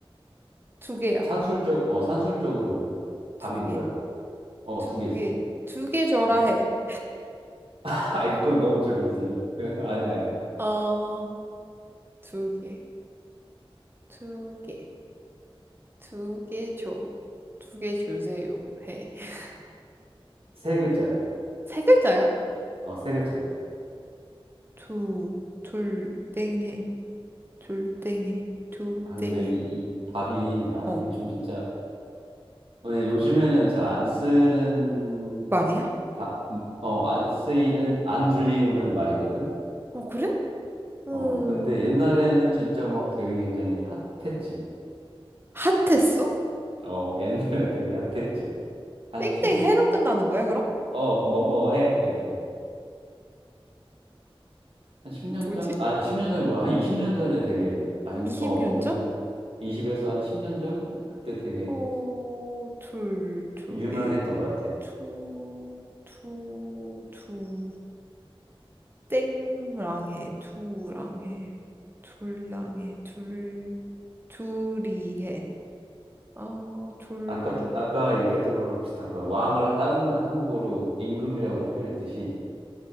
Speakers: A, on the right; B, on the right.
A: 두 개야.
B: 산술적, 어, 산술적으로
A: 두
B: 답이
A: 개.
B: 뭐야? 어,
A: 두
B: 두 개지.
A: 개. 두 개 줘라
B: 어,
A: 해.
B: <laughs> 아, 이건 너무 적이지. <laughs> 아니야, 아니야.
A: 어, 두 개. 두 개. 두 개 줘. 두 개 주세요. 해. <laughs>
B: 세 글자야.
A: 세 글자야?
B: 어, 세 글자야.
A: 두, 둘, 땡해. 둘, 땡해. 두,
B: 아, 근데
A: 땡해.
B: 이, 이 답이, 아,
A: 어,
B: 이게 좀 진짜, 왜 요즘에는 잘 안 쓰는,
A: 말이야?
B: 다, 음, 어, 안 쓰이는, 안 불리우는 말이거든?
A: 어, 그래? 음,
B: 어, 근데 옛날에는 진짜 막 되게 굉장히 핫했지.
A: 핫했어?
B: 어,
A: 어,
B: 옛날에 되게 핫했지. 한
A: 땡땡해로
B: 10,
A: 끝나는 거야, 그럼?
B: 어, 뭐뭐 해. 이렇게 돼. 한 10년
A: 뭐지?
B: 전? 아, 10년 전이 뭐야. 한 20년 전에 되게, 아닌,
A: 이십
B: 어,
A: 년
B: 그 정도.
A: 전?
B: 20에서 한 10년 전? 그때 되게
A: 어, 둘, 두
B: 유명했던
A: 개,
B: 것 같아.
A: 투, 투, 두, 땡랑해, 두랑해, 둘랑해, 둘, 둘이해. 어, 둘
B: 아까, 아까 얘기했던 거랑 비슷한 거야. 왕을 다른 한국어로 임금이라고 표현했듯이,